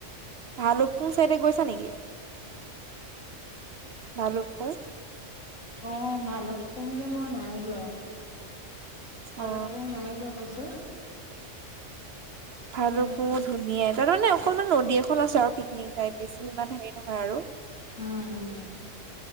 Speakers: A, on the right; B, on the left.
A: ভালুকপুং চাইডে গৈছা নেকি ভালুকপুং
B: অ ভালুকপুং যে মই নাই যোৱা ভালুকপুং
A: অ
B: নাই যোৱা কৈছো
A: ভালুকপুং
B: উম
A: ধুনীয়া তাৰ মানে অকনমান নদী এখন আছে আৰু পিকনিক টাইপ বেছি ইমান হেৰি নহয় আৰু
B: উম